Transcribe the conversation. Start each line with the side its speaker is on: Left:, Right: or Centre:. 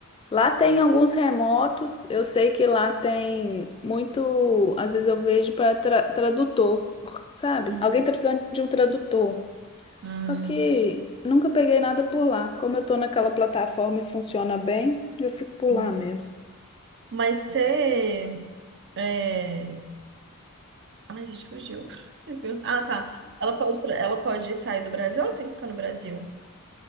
Left: Lá tem alguns remotos, eu sei que lá tem muito. Às vezes eu vejo para tradutor, sabe?
Right: Hum,
Left: Alguém tá precisando de um tradutor.
Right: hum,
Left: Só que nunca peguei nada por lá. Como eu tô naquela plataforma e funciona bem, eu fico por
Right: hum.
Left: lá mesmo.
Right: Mas você. É... Ai, gente, fugiu. <laughs> Ah, tá. Ela pode, tra- ela pode sair do Brasil ou ela tem que ficar no Brasil?